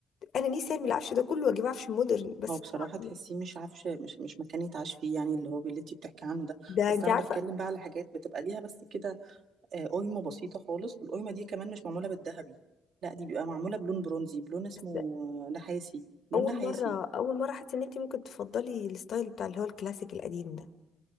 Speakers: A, on the left; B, on the right.
A: انا نفسي ارمي العفش ده كله واجيب عفش مودرن بس
B: هو بصراحة
A: طبعا
B: تحسيه مش عارفة مش مش مكان يتعاش فيه يعني اللي هو اللي انت بتحكي عنه ده
A: ده
B: بس
A: انت
B: أنا
A: عارفه
B: بتكلم بقى على حاجات بتبقى ليها بس كده آه، قايمة بسيطة خالص والقايمة دي كمان مش معمولة بالذهبي لا دي بيبقى معمولة بلون برونزي بلون اسمه
A: بس
B: آه، نحاسي لون
A: اول
B: نحاسي
A: مره اول مره حاسه ان انت ممكن تفضلي الستايل بتاع اللي هو الكلاسيك القديم ده